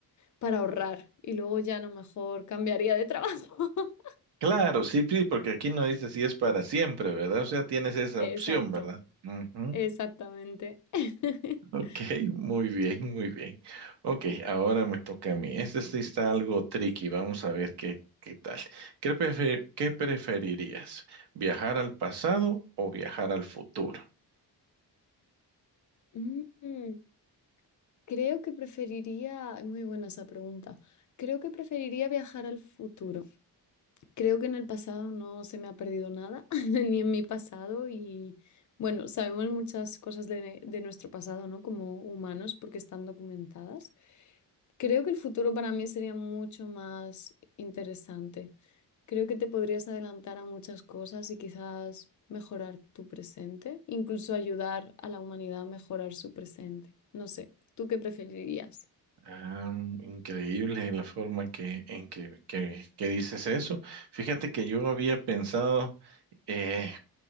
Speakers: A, on the left; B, on the right.
A: para ahorrar y luego ya a lo mejor cambiaría de trabajo. <laughs>
B: Claro, sí, sí, porque aquí no dice si es para siempre, ¿verdad? O sea, tienes esa
A: Exacto,
B: opción, ¿verdad? Ujú.
A: exactamente. <laughs>
B: Ok, muy bien, muy bien. Ok, ahora me toca a mí. Este sí está algo tricky, vamos a ver qué, qué tal. ¿Qué prefe- qué preferirías? ¿Viajar al pasado o viajar al futuro?
A: Mm. Creo que preferiría, muy buena esa pregunta, creo que preferiría viajar al futuro. Creo que en el pasado no se me ha perdido nada, <laughs> ni en mi pasado. Y bueno, sabemos muchas cosas de, de nuestro pasado, ¿no? Como humanos, porque están documentadas. Creo que el futuro para mí sería mucho más interesante. Creo que te podrías adelantar a muchas cosas y quizás mejorar tu presente, incluso ayudar a la humanidad a mejorar su presente. No sé, ¿tú qué preferirías?
B: Ah, increíble la forma que, en que, que, que dices eso. Fíjate que yo había pensado eh,